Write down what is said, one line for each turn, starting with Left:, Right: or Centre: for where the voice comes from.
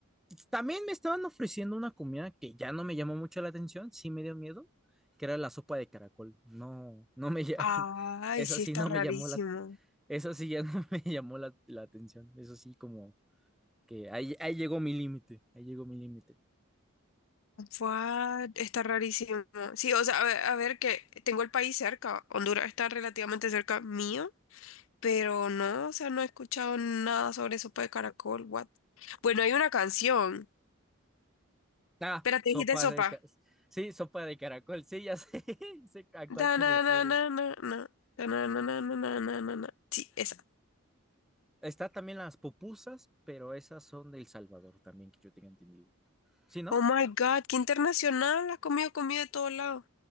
Centre: También me estaban ofreciendo una comida que ya no me llamó mucho la atención, sí me dio miedo, que era la sopa de caracol. No, no me ya,
Left: Ay,
Centre: <laughs> esa
Left: sí,
Centre: sí
Left: está
Centre: no
Left: rarísimo.
Centre: me llamó la, esa sí ya no <laughs> me llamó la, la atención. Eso sí como que ahí, ahí llegó mi límite, ahí llegó mi límite.
Left: What? Está rarísimo. Sí, o sea, a ver, a ver que tengo el país cerca, Honduras está relativamente cerca mío, pero no, o sea, no he escuchado nada sobre sopa de caracol, what? Bueno, hay una canción.
Centre: Ah,
Left: Espérate,
Centre: sopa
Left: dijiste sopa.
Centre: de, ca- sí, sopa de caracol, sí, ya sé, <laughs> sé a cuál
Left: Da,
Centre: te
Left: na,
Centre: refieres.
Left: na, na, na, na. Da, na, na, na, na, na, na, na, na. Sí, esa.
Centre: Está también las pupusas, pero esas son del Salvador también, que yo tenga entendido. ¿Sí, no?
Left: Oh my God, qué internacional. Has comido comida de todos lados.